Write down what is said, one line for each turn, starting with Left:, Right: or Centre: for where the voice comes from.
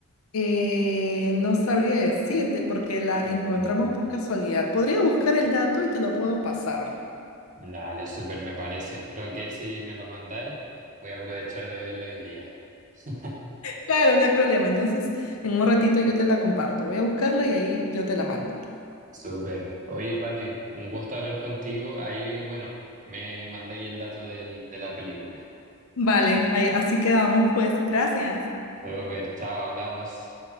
Left: Eh, no sabría decirte porque la
Right: Mm.
Left: encontramos por casualidad. Podría buscar el dato y te lo puedo pasar.
Right: Dale, súper me parece. Creo que si me lo mandáis, voy a aprovechar de verlo hoy día. <laughs>
Left: Claro, no hay problema. Entonces, en un ratito yo te la comparto. Voy a buscarla y ahí yo te la mando.
Right: Súper. Oye, Pati, un gusto hablar contigo. Ahí, bueno, me mandáis el dato del- de la película.
Left: Vale, ahí, así quedamos, pues. Gracias.
Right: Súper, chao, hablamos.